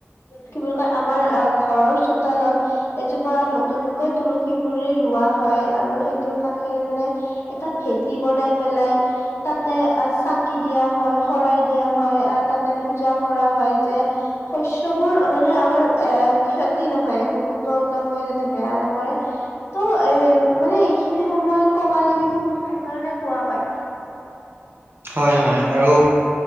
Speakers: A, on the left; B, on the right.
A: কি বুলি কয় আমাৰ অ ঘৰৰ চোতালত এজোপা নতুন তুলসী পুলি ৰোৱা হয় আৰু সেই টোৰ কাষেৰে মানে এটা ভেটি বনাই পেলাই তাতে অ চাকি দিয়া হয় শৰাই দিয়া হয় আহ তাতে পূজা কৰা হয় যে শস্যবোৰ মানে আমাৰ এ ক্ষতি নহয় একো পুত পতংগই যাতে বেয়া ন কৰে ত এ মানে এইখিনি সময়ত কঙালী বিহু বুলি সেইকাৰণে কোৱা হয়
B: হয় হয় আৰু